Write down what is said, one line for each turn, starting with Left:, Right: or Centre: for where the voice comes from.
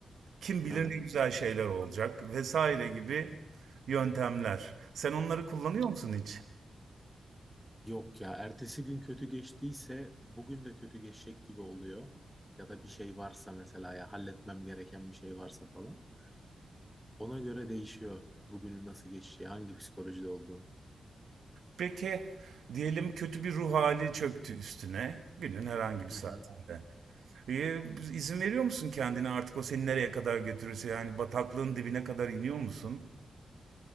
Right: Kim
Centre: Tabii.
Right: bilir ne güzel şeyler olacak vesaire gibi yöntemler. Sen onları kullanıyor musun hiç?
Centre: Yok ya ertesi gün kötü geçtiyse bugün de kötü geçecek gibi oluyor. Ya da bir şey varsa mesela ya halletmem gereken bir şey varsa falan. Ona göre değişiyor bugünün nasıl geçeceği, hangi psikolojide olduğum.
Right: Peki diyelim kötü bir ruh hali çöktü üstüne günün herhangi bir saatinde.
Centre: Hı hı.
Right: Ee, izin veriyor musun kendine artık o seni nereye kadar götürürse yani bataklığın dibine kadar iniyor musun?